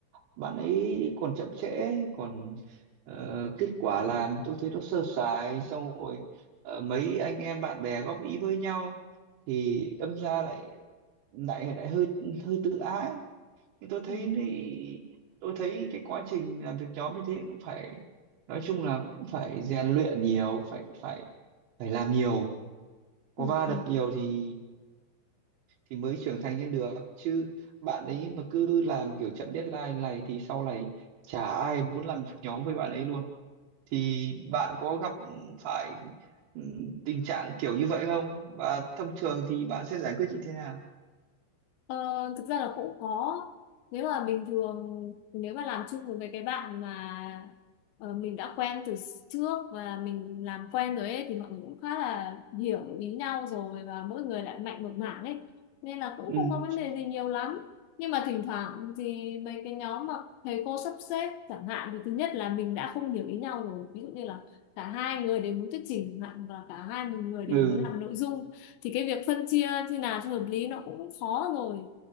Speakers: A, on the right (about 70°); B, on the left (about 75°).
A: bạn ấy còn chậm trễ còn ờ, kết quả làm tôi thấy nó sơ sài xong rồi ờ, mấy anh em bạn bè góp ý với nhau thì đâm ra lại lại lại hơi hơi tự ái nhưng tôi thấy
B: Ừ,
A: thì tôi thấy cái quá trình làm việc nhóm như thế cũng phải nói chung là cũng phải rèn luyện nhiều phải phải phải làm nhiều có
B: ừ,
A: va
B: ừ.
A: đập nhiều thì thì mới trưởng thành lên được chứ bạn ấy mà cứ làm kiểu chậm deadline này thì sau này chả ai muốn làm việc nhóm với bạn ấy luôn thì bạn có gặp phải ừ, tình trạng kiểu như vậy không và thông thường thì bạn sẽ giải quyết như thế nào
B: Ờ, thực ra là cũng có nếu mà bình thường nếu mà làm chung với mấy cái bạn mà ờ, mình đã quen từ s- trước và mình làm quen rồi ấy thì mọi người cũng khá là hiểu ý nhau rồi và mỗi người lại mạnh một mảng ấy nên là cũng
A: ừ
B: không có vấn đề gì nhiều lắm nhưng mà thỉnh thoảng thì mấy cái nhóm mà thầy cô sắp xếp chẳng hạn thì thứ nhất là mình đã không hiểu ý nhau rồi ví dụ như là cả hai người đều muốn thuyết trình chẳng hạn, hoặc là cả hai người
A: ừ
B: đều muốn làm nội dung thì cái việc phân chia như nào cho hợp lý nó cũng khó rồi